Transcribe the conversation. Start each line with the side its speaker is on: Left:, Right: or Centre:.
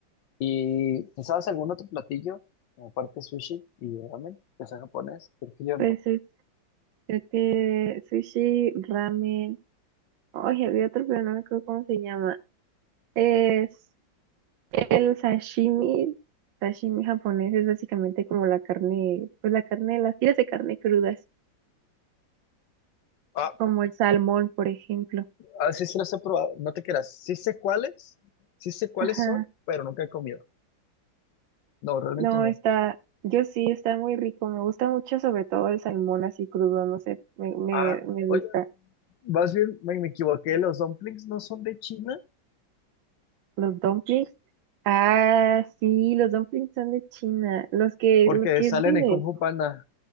Left: ¿Y ¿sabes algún otro platillo, aparte de sushi y ramen, que sea japonés? Creo que yo
Right: Pues
Left: no.
Right: este, sushi, ramen. Oye, había otro, pero no me acuerdo cómo se llama. Es el sashimi. Sashimi japonés es básicamente como la carne, pues la carne, las tiras de carne crudas,
Left: Ah,
Right: como el salmón, por ejemplo.
Left: ah, sí, sí los he probado. No te creas. Sí sé cuáles, sí sé cuáles
Right: Ajá.
Left: son, pero nunca he comido. No, realmente
Right: No,
Left: no.
Right: está, yo sí, está muy rico. Me gusta mucho, sobre todo el salmón así crudo, no sé, me, me,
Left: Ah,
Right: me
Left: oye.
Right: gusta.
Left: Más bien me, me equivoqué, los dumplings no son de China
Right: Los dumplings. Ah, sí, los dumplings son de China. Los que,
Left: porque
Right: los que
Left: salen
Right: venden.
Left: en Kung Fu Panda.